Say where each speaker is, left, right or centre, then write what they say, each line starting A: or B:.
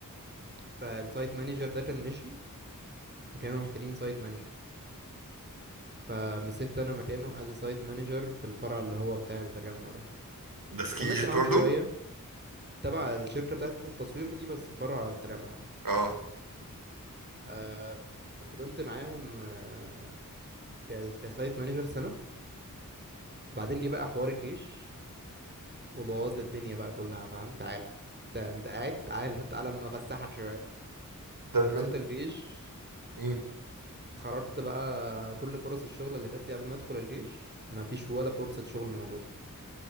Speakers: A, on the right; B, on the right.
A: فالسايت مانجر ده كان مشي وكانوا محتاجين سايت مانجر فمسكت انا مكانه از سايت مانجر في الفرع اللي هو بتاع التجمع ده
B: ده سكي
A: كملت
B: ايجيبت
A: معاهم
B: برضو
A: شوية تبع الشركة بتاعة التصوير دي بس فرع التجمع
B: اه
A: آه فضلت معاهم آه ك- كسايت مانجر سنة بعدين جه بقى حوار الجيش وبوظ لي الدنيا بقى كلها فاهم تعالى انت انت قاعد تعالى تعالى اما افسحك شوية
B: طب
A: دخلت الجيش
B: انت
A: خرجت بقى كل فرص الشغل اللي جات لي قبل ما ادخل الجيش مفيش ولا فرصة شغل موجودة